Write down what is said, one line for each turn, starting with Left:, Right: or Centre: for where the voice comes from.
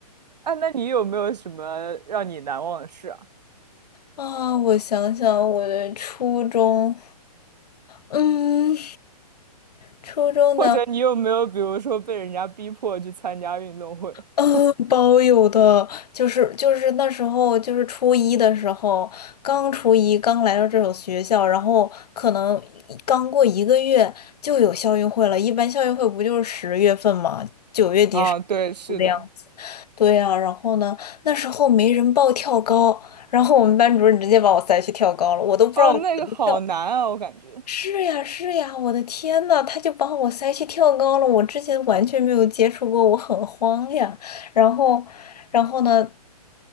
Right: 哎，那你有没有什么让你难忘的事啊？
Left: 啊，我想想，我的初中，嗯，初中呢，
Right: 或者你有没有比如说被人家逼迫去参加运动会？
Left: 嗯，
Right: <laughs>
Left: 包有的，就是就是那时候就是初一的时候，刚初一刚来到这所学校，然后可能刚过一个月就有校运会了，一般校运会不就是十月份嘛，九月底十月初的样子。
Right: 啊，对，是的。
Left: 对呀，然后呢，那时候没人报跳高，然后我们班主任直接把我塞去跳高了，我都不知道我怎么跳。
Right: 哦，那个好难啊，我感觉，
Left: 是呀，是呀，我的天呐，他就把我塞去跳高了，我之前完全没有接触过，我很慌呀。然后，然后呢，